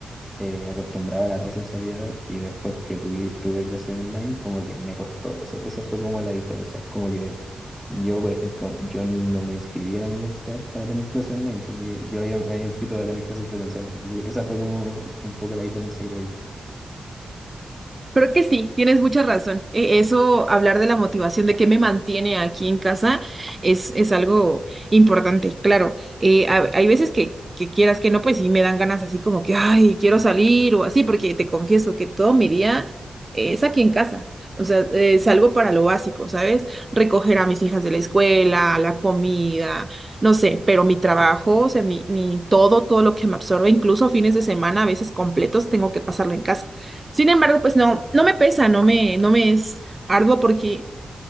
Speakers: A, in the centre; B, on the right.
A: eh, acostumbrado a la presencialidad y después que tuve, tuve clases online, como que me costó. Ese, esa fue como la diferencia. Como que yo, por ejemplo, yo no me inscribí a la universidad para tener clases online, sino que yo había- me había inscrito para tener clases presenciales. Entonces, esa fue como un poco la diferencia, creo yo.
B: Creo que sí, tienes mucha razón. E- Eso, hablar de la motivación, de qué me mantiene aquí en casa, es, es algo importante, claro. Eh, ha- hay veces que, que quieras que no, pues sí me dan ganas así como que, ay, quiero salir o así, porque te confieso que todo mi día eh, es aquí en casa. O sea, eh, salgo para lo básico, ¿sabes? Recoger a mis hijas de la escuela, la comida, no sé, pero mi trabajo, o sea, mi, mi todo, todo lo que me absorbe, incluso fines de semana, a veces completos, tengo que pasarlo en casa. Sin embargo, pues no, no me pesa, no me, no me es arduo porque,